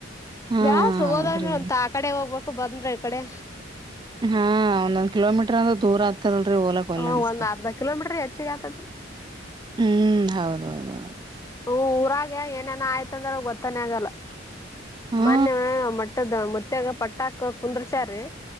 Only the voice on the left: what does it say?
ಬ್ಯಸ್ ಹೋದಂದ್ರ
ಅಂತ ಆ ಕಡೆ ಹೋಗ್ಬೇಕು ಬಂದ್ರ ಈ ಕಡೆ
ಹ
ಒಂದ್ ಅರ್ಧ ಕಿಲೋಮೀಟರ್ ಹೆಚ್ಚಿಗೆ ಆತದ
ಹ ಊರಾಗೆ ಏನೇನ ಆಯ್ತಂದ್ರ ಗೊತ್ತಾನೆ ಆಗಲ್ಲ
ಮೊನೆ ಮಟ್ಟದ ಮತ್ಯಾಗ ಪಟ್ಟ ಹಾಕ ಕುಂದ್ರಷಾರೀ